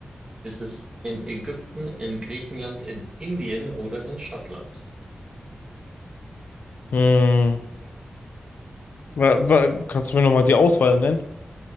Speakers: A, on the right (about 30°); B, on the left (about 85°).
A: Ist es in Ägypten, in Griechenland, in Indien oder in Schottland?
B: Mhm. Wa- wa- Kannst du mir nochmal die Auswahl nennen?